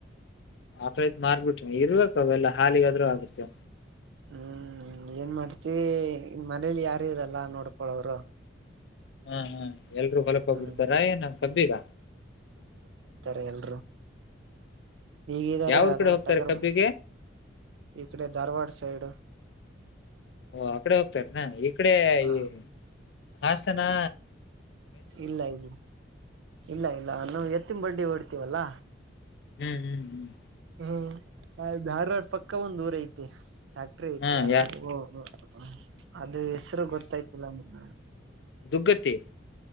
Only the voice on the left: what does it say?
ಆಕಳಿತ್ ಮಾರ್ಬಿಟ್ರೆನ್ ಇರ್ಬೇಕ ಅವೆಲ್ಲಾ ಹಾಲಿಗಾದ್ರೂ ಆಗುತ್ತೆ.
ಹಾ ಹು. ಎಲ್ರೂ ಹೊಲಕ್ ಹೋಗ್ಬಿಡ್ತಾರ
ಏನು ಕಬ್ಬಿಗ?
ಯಾವ್ರ
ಕಡೆ ಹೋಗ್ತಾರೆ
ಕಬ್ಬಿಗೆ
ಓ ಆಕಡೆ ಹೋಗ್ತಾರೇನ ಈ ಕಡೆ
ಈ ಹಾಸನಾ
ಹ್ಮ್ ಹು ಹೂ.
ಹಾ
ಯಾ
ದುಗ್ಗತ್ತಿ.